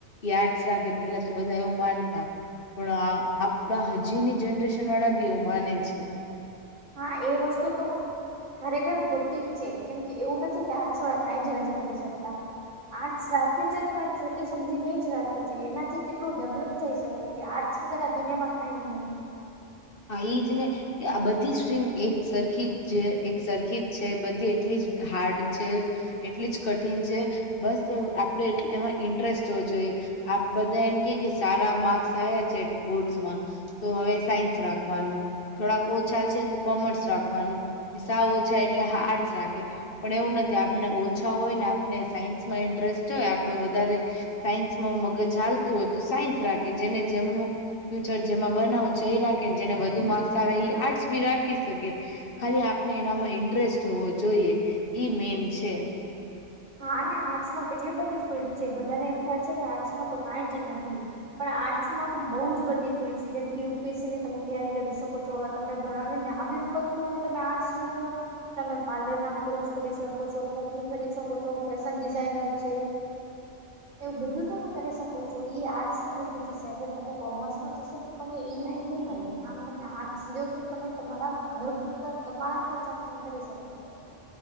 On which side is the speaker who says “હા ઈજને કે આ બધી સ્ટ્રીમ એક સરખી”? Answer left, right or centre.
Left